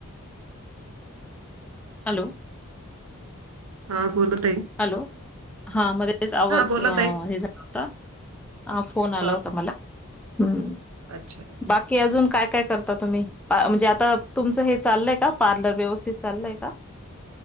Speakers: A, in the centre; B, on the right (about 85°).
A: हॅलो!
B: हा बोला ताई.
A: हॅलो हा मध्ये तेच आवाज
B: हा बोला
A: हे
B: ताई
A: झाला होता आह फोन आला
B: हा.
A: होता मला. हम्म.
B: अच्छा.
A: बाकी अजून काय काय करता तुम्ही? अह म्हणजे आता तुमचं हे चाललय का पार्लर व्यवस्थित चाललय का?